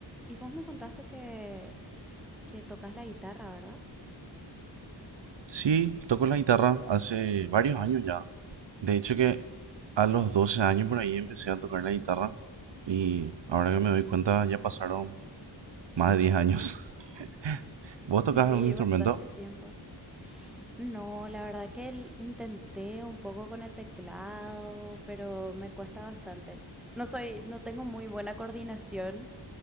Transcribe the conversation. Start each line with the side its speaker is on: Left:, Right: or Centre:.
Centre: Y vos me contaste que, que tocas la guitarra, ¿verdad?
Right: Sí, toco la guitarra hace varios años ya. De hecho que a los 12 años por ahí empecé a tocar la guitarra y ahora que me doy cuenta ya pasaron más de 10 años. <laughs> ¿Vos
Centre: <laughs>
Right: tocás
Centre: Sí,
Right: algún instrumento?
Centre: bastante tiempo. No, la verdad que el- intenté un poco con el teclado, pero me cuesta bastante. No soy, no tengo muy buena coordinación,